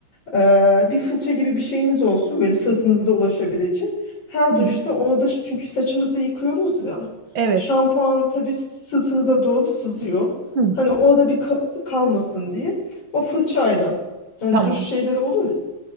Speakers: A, on the left; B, on the right.
A: Ee, bir fırça gibi bir şeyiniz olsun böyle sırtınıza ulaşabilecek. Her
B: Hı
A: duşta
B: hı.
A: orada çünkü saçımızı yıkıyoruz ya.
B: Evet.
A: Şampuan tabii sırtınıza doğru sızıyor.
B: Hı.
A: Hani orada bir kalıntı kalmasın diye o fırçayla hani
B: Tamam,
A: duş şeyleri olur ya.